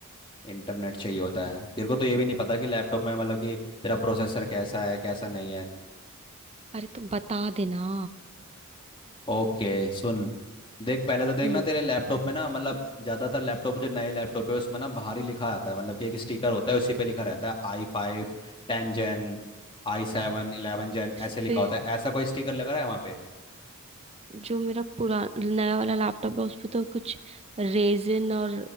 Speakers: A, on the left (about 25°); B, on the right (about 30°).
A: इंटरनेट चाहिए होता है तेरे को तो ये भी नहीं पता कि लैपटॉप में मतलब कि तेरा प्रोसेसर कैसा है कैसा नहीं है
B: अरे तो बता देना
A: ओके सुन देख पहले तो देखना
B: हम्म
A: तेरे लैपटॉप में ना मतलब ज्यादातर लैपटॉप जो नए लैपटॉप है उसमें ना बाहर ही लिखा आता है मतलब कि एक स्टिकर होता है उसी पे लिखा रहता है I five ten gen I seven eleven gen
B: इस
A: ऐसे लिखा
B: पे
A: होता है ऐसा कोई स्टिकर लगा है वहाँ पे
B: जो मेरा पुरा नया वाला लैपटॉप है उस पे तो कुछ रेजिन और